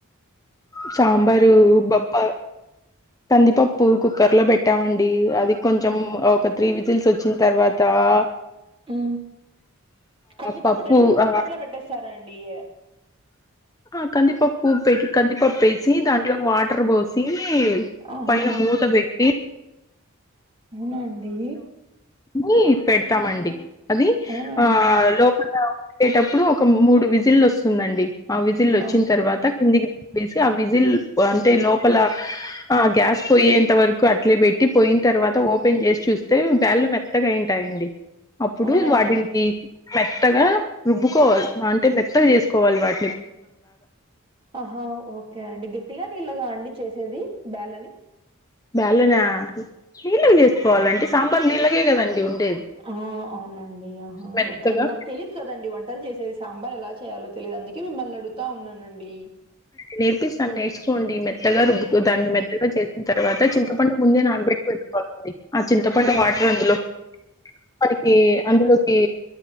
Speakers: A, on the left (about 15°); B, on the right (about 25°).
A: సాంబారు బప్ప కందిపప్పు కుక్కర్ లో పెట్టామండి అది కొంచెం ఒక త్రీ విజిల్స్ వోచ్చిన్ తర్వాత ఆ
B: ఉ కందిపప్పు
A: పప్పు
B: డైరెక్ట్ కుక్కర్
A: ఆ
B: లో పెట్టేస్తారం డియా
A: ఆ కందిపప్పు పెటి కందిపప్పు ఎసి దాంట్లో వాటర్ పోసి ఈ
B: ఆహా!
A: పైన మూతబెట్టి
B: అవునా అండి
A: నీ పెడ్తామండి అది
B: అవునా అండి?
A: ఆ లోపల వేటప్పుడు ఒక మూడు విజిల్లు వస్తుందండి ఆ విజిల్లోచ్చిన్
B: ఆహా!
A: తర్వాత కిందికి తీసి ఆ విజిల్ అంటే లోపల ఆ గ్యాస్ పోయేంత వరకు అట్లే బెట్టి పోయిన్ తర్వాత ఓపెన్ చేసి చూస్తే బ్యాలు మెత్తగాయింటాయండి అప్పుడు
B: అవునా
A: వాటిని
B: అండి?
A: తీసి మెత్తగా రుబ్బుకోవాలి అంటే మెత్తగా చేసుకోవాలి వాట్
B: ఆహా ఓకే అండి గట్టిగా నీళ్ళగా అండి చేసేది బ్యాల్లని
A: బ్యాల్లనా నీళ్ళగా చేసుకోవాలండి సాంబార్ నీళ్ళగే కదండి ఉండ్
B: ఆ అవునండి ఆహా
A: మెత్తగా
B: ఓకే అండి నాకు తెలీదు కదండి వంటలు చేసేద్ సాంబార్ ఎలా చేయాలో తెలిదు అందుకే మిమ్మల్నడుగుతా ఉన్నానండి
A: నేర్పిస్తాను నేర్చుకోండి మెత్తగా రుబ్బుకో దాన్ని మెత్తగా చేసిన్ తర్వాత చింతపండు ముందే నాన్బెట్ పెట్టకొవాలండి ఆ చింతపండు
B: ఆహా!
A: వాటర్ అందులో మనకి అందులోకి